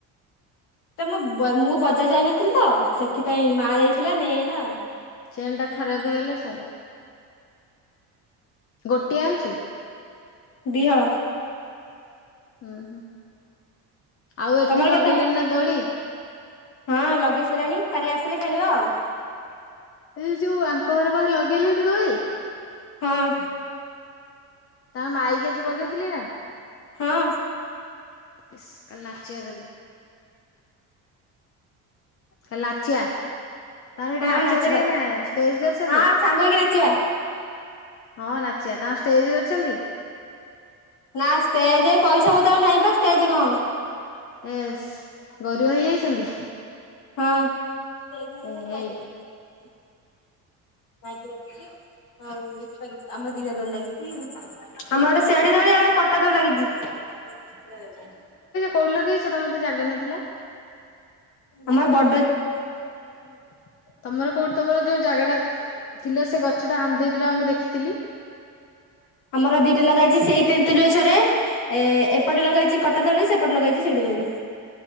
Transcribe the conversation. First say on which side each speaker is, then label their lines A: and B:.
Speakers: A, on the left (about 65°); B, on the left (about 40°).
A: ତମ ବ ମୁଁ ବଜାର ଯାଇନଥିଲି ତ ସେଥିପାଇଁ ମା ଯାଇଥିଲା ନେଇଆଇଲା ଆଉ।
B: ଚେନ୍ ଟା ଖରାପ ହେଇଗଲେ ସଇଲା। ଗୋଟିଏ ଆଣିଛୁ?
A: ଦିହଳ
B: ହୁଁ ହୁଁ। ଆଉ ଏଠି
A: ତମର
B: ଲଗେଇଲେଣିି
A: କେତେ
B: ନା ଦୋଳି?
A: ହଁ ଲଗେଇ ସାଇଲେଣି କାଲି ଆସିଲେ ଖେଳିବ ଆଉ।
B: ଏଇ ଯୋଉ ଆଙ୍କ ଘରେ ପାଖରେ ଲଗେଇଲେଣି ଦୋଳି?
A: ହଁ।
B: ତାଙ୍କ ମାଇକି ଆଜି ବଜଉଥିଲେ ନା?
A: ହଁ।
B: ଇସ୍ କାଲି ନାଚିବା ତାହେଲେ? କାଲି ନାଚିଆ। ତାଙ୍କର ସେଠି
A: ହଁ
B: ନାଚ
A: ନାଚିବା
B: କରିବେ ନା ଷ୍ଟେଜ କରିଛନ୍ତି
A: ହଁ ସାଙ୍ଗ ହେଇକି ନାଚିବା।
B: ହଁ ନାଚିଆ ତାଙ୍କ ଷ୍ଟେଜ କରିଛନ୍ତି?
A: ନା ଷ୍ଟେଜେ ପଇସା ପତର ନାହିଁ ଷ୍ଟେଜେ କଅଁ ହବ।
B: ଏସ୍ ଗରିବ ହେଇଯାଇଛନ୍ତି।
A: ହଁ। <unintelligible>
B: ଏ ହେଇ
A: ମାଇକି ବାଜୁଚି ଆଉ। <unintelligible> ଦୋଳି ଲାଗିଚିଇ ଆମର ଗୋଟେ ଶେଡି ଦୋଳି ଆଉ ଗୋଟେ ପଟା ଦୋଲି ଲାଗିଚି। <inaudible>
B: କୋଉଟି ଲଗେଇଚ ତମର ତ ଜାଗା ନଥିଲା?
A: ଆମର ବ
B: <inaudible> ତମର କୋଉଟି ତମର ଯୋଉ ଜାଗା ଟା ଥିଲା ସେ ଗଛ ଟା ହାନିଦେଇଥିଲ ବା ମୁଁ ଦେଖି ତିଲି।
A: ଆମର ଦିଟା ଲଗା ହୋଇଚି ସେଇ ତେନ୍ତୁତୁଲି ଗଛରେ। ଏ ଏପଟେ ଲଗା ହୋଇଚି ପଟା ଦୋଳି ସେପଟେ ଲଗା ହେଇଚି ସିଡି ଦୋଳି।